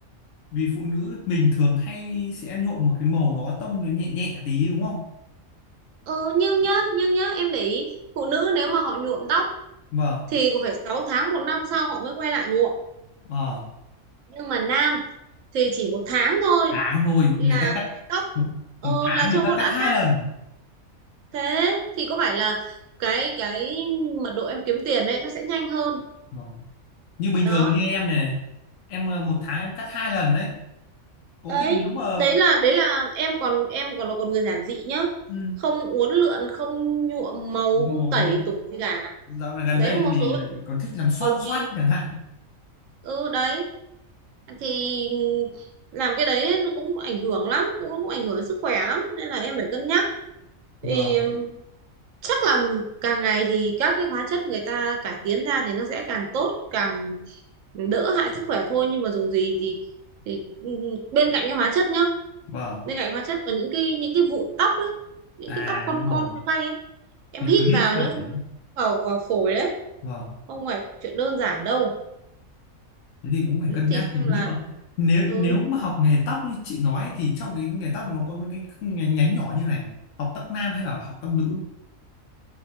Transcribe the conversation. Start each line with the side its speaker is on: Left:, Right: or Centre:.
Left: vì phụ nữ mình thường hay sẽ nhuộm một cái màu đó tông nó nhẹ nhẹ tí đúng không?
Right: Ờ, nhưng nhá, nhưng nhá, em để ý, phụ nữ nếu mà họ nhuộm tóc
Left: Vâng,
Right: thì cũng phải 6 tháng một năm sau họ mới quay lại nhuộm.
Left: ờ,
Right: Nhưng mà nam thì chỉ một tháng thôi
Left: tháng thôi
Right: là
Left: người ta cắt
Right: cái tóc
Left: một,
Right: ờ,
Left: một tháng
Right: là
Left: người
Right: trông
Left: ta
Right: nó
Left: cắt
Right: đã
Left: hai
Right: khác.
Left: lần.
Right: Thế thì có phải là cái cái mật độ em kiếm tiền đấy nó sẽ nhanh hơn.
Left: Vâng. Như bình
Right: Đó.
Left: thường như em này này, em ờ, một tháng em cắt hai lần đấy. Có
Right: Đấy,
Left: khi nếu mà
Right: đấy là đấy là em còn em còn là còn người giản dị nhá.
Left: ừ,
Right: Không uốn lượn, không nhuộm màu,
Left: đúng
Right: không
Left: rồi,
Right: tẩy
Left: người ta,
Right: tủng gì cả.
Left: dạo này gần
Right: Đấy
Left: đây
Right: một
Left: thì
Right: số bạn
Left: lại còn thích làm xoăn
Right: cầu kỳ.
Left: xoăn chẳng hạn.
Right: Ừ đấy thì làm cái đấy nó cũng ảnh hưởng lắm cũng nó cũng ảnh hưởng đến sức khỏe lắm nên là em phải cân nhắc thì
Left: Vâng.
Right: ừm, chắc là càng ngày thì các cái hóa chất người ta cải tiến ra thì nó sẽ càng tốt càng đỡ hại sức khỏe thôi nhưng mà dù gì thì thì ừm, bên cạnh cái hóa chất nhá
Left: Vâng
Right: bên cạnh hóa chất có những cái những cái vụn tóc ấy những
Left: À
Right: cái tóc con
Left: đúng
Right: con
Left: rồi,
Right: bay bay ấy em
Left: mình
Right: hít
Left: cứ hít
Right: vào
Left: phải.
Right: nhỡ không may vào vào phổi đấy
Left: Vâng,
Right: không phải chuyện đơn giản đâu
Left: thế thì cũng phải
Right: Ừ,
Left: cân
Right: thì
Left: nhắc
Right: xem
Left: nhỉ.
Right: là
Left: Nhưng mà nếu
Right: ừ,
Left: nếu mà học nghề tóc như chị nói thì trong cái nghề tóc nó có cái nhánh, nhánh nhỏ như này, học tóc nam hay là học tóc nữ?